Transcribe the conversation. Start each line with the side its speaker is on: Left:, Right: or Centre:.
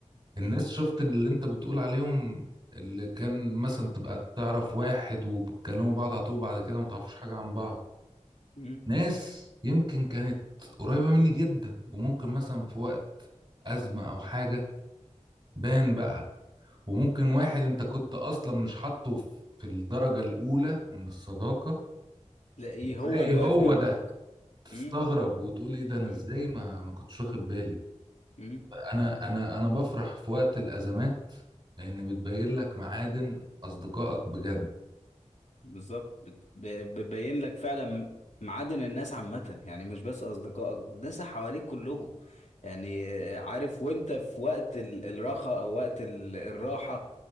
Left: مم.
Right: الناس شفت اللي انت بتقول عليهم اللي كان مثلا تبقى تعرف واحد وبتكلموا بعض على طول بعد كده ما تعرفوش حاجة عن بعض
Left: مم.
Right: ناس يمكن كانت قريبة مني جدا وممكن مثلا في وقت أزمة أو حاجة بان بقى وممكن واحد انت كنت أصلا مش حاطه في في الدرجة الأولى من الصداقة
Left: تلاقيه
Right: تلاقي
Left: هو اللي واقف
Right: هو
Left: جنبك
Right: ده تستغرب
Left: مم.
Right: وتقول ايه ده انا
Left: مم.
Right: ازاي ما ما كنتش واخد بالي
Left: مم.
Right: انا انا انا بفرح في وقت الأزمات لان بتبين لك معادن اصدقائك بجد
Left: بالظبط بت- ب- بتبين لك فعلا معادن الناس عامة يعني مش بس أصدقائك الناس اللي حواليك كلهم يعني آه، عارف وانت في وقت ال- الراحة أو وقت ال- الراحة